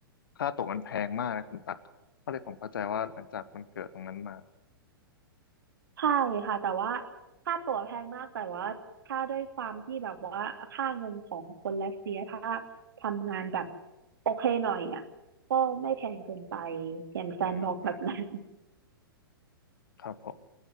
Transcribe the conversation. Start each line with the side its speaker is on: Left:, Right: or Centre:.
Left: ค่าตั๋วมันแพงมากนะคุณตักก็เลยผมเข้าใจว่าหลังจากมันเกิดตรงนั้นมา
Right: ใช่ค่ะแต่ว่าค่าตั๋วแพงมากแต่ว่าถ้าด้วยความที่แบบว่าค่าเงินของคนรัสเซียถ้าทำงานแบบโอเคหน่อยอ่ะก็ไม่แพงเกินไปอย่างแซนบอกแบบนั้น
Left: อืมอืมครับผม